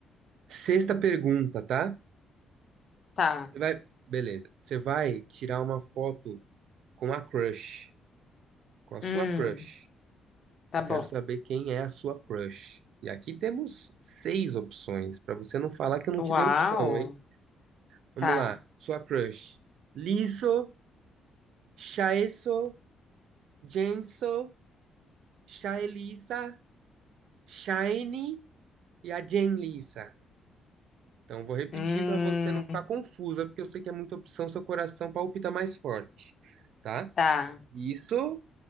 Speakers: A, on the right; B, on the left.
A: sexta pergunta, tá?
B: Tá.
A: Você vai, beleza. Você vai tirar uma foto com a crush. Com a sua
B: Hum,
A: crush.
B: tá
A: Eu
B: bom.
A: quero saber quem é a sua crush. E aqui temos seis opções, para você não falar que eu não
B: Uau.
A: te dei opção, hein? Vamos
B: Tá.
A: lá. Sua crush. Liso, Shaeso, Jenso, Shaelisa, Shine e a Jenlisa. Então, vou repetir
B: Hum,
A: para você não ficar confusa, porque eu sei que é muita opção, seu coração palpita mais forte, tá?
B: tá.
A: Isso,